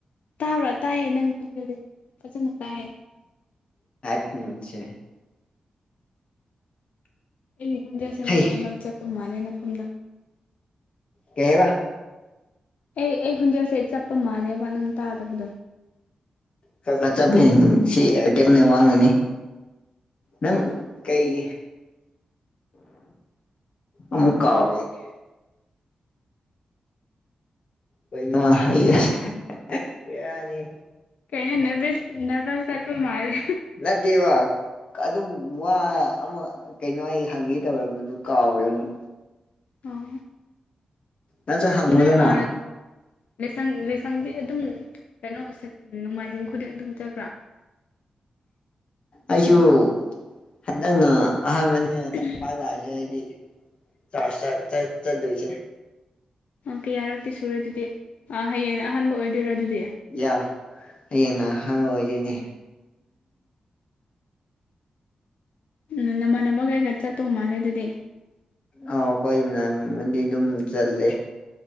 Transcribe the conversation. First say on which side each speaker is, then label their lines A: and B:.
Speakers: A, on the left; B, on the left.
A: ꯇꯥꯕ꯭ꯔꯥ ꯇꯥꯏꯌꯦ ꯅꯪ ꯈꯣꯟꯖꯦꯜꯁꯦ ꯐꯖꯅ ꯇꯥꯏꯌꯦ
B: <unintelligible>
A: ꯑꯩ ꯈꯨꯟꯖꯦꯟꯁꯦ
B: ꯀꯩ
A: ꯃꯔꯛ ꯃꯔꯛ ꯆꯠꯄ ꯃꯥꯜꯂꯦ ꯅꯐꯝꯗ
B: ꯀꯩꯕ
A: ꯑꯦ ꯑꯩ ꯈꯨꯟꯖꯥꯁꯦ ꯆꯠꯄ ꯃꯥꯜꯂꯦꯕ ꯅꯪ ꯇꯥꯗꯕꯗꯣ
B: ꯈꯔꯥ ꯈꯔꯥ ꯆꯞꯄꯦ ꯁꯤ ꯑꯦꯔꯇꯦꯜ ꯅꯦꯠꯋꯥꯛꯅꯥꯅꯤ ꯅꯪ
A: ꯑꯣ
B: ꯀꯩ ꯑꯃꯨꯛ ꯀꯥꯎꯔꯦ ꯑꯩꯗꯤ ꯀꯩꯅꯣ <unintelligible> ꯕꯦꯔꯥꯅꯤ
A: ꯀꯩꯅꯣ ꯅꯔꯚꯔꯦꯁ ꯅꯔꯚꯁ ꯆꯠꯄ ꯃꯥꯜꯂꯦ
B: ꯅꯠꯇꯦꯕꯥ ꯑꯗꯨꯝ ꯋꯥ ꯑꯃ ꯀꯩꯅꯣ ꯑꯩ ꯍꯪꯉꯦ ꯇꯧꯔꯝꯕꯗꯨ ꯀꯥꯎꯔꯦ ꯑꯃꯨꯛ
A: ꯑꯣ
B: ꯅꯪꯁꯨ ꯍꯪꯉꯨꯗꯅ
A: ꯅꯣꯏ ꯑꯥ ꯂꯥꯏꯁꯪ ꯂꯥꯏꯁꯪꯗꯤ ꯑꯗꯨꯝ ꯀꯩꯅꯣ ꯅꯣꯡꯃꯥꯏꯖꯤꯡ ꯈꯨꯗꯤꯡ ꯑꯗꯨꯝ ꯆꯠꯄ꯭ꯔꯥ
B: ꯑꯩꯁꯨ ꯍꯟꯗꯛꯅ ꯑꯍꯥꯟꯕꯅꯦ
A: <unintelligible>
B: <unintelligible> ꯑꯩꯗꯤꯆꯔꯁ ꯆꯛ ꯆꯠ ꯆꯠꯂꯨꯏꯁꯦ
A: ꯑꯣ ꯀꯌꯥꯔꯛꯇꯤ ꯁꯨꯔꯦ ꯑꯗꯨꯗꯤ ꯑꯥ ꯍꯌꯦꯡꯅ ꯑꯍꯥꯟꯕ ꯑꯣꯏꯗꯣꯏꯔꯣ ꯑꯗꯨꯗꯤ
B: ꯌꯥ ꯍꯌꯦꯡꯅ ꯑꯍꯥꯟꯕ ꯑꫭꯏꯗꫭꯏꯅꯦ
A: ꯎꯝ ꯅꯃꯥꯟꯅꯕ ꯀꯩꯒ ꯆꯠꯇꯧ ꯃꯥꯜꯂꯦ ꯑꯗꯨꯗꯤ
B: ꯑꯥꯎ ꯍꯣꯏ <unintelligible> ꯑꯗꯨꯝ ꯆꯠꯂꯦ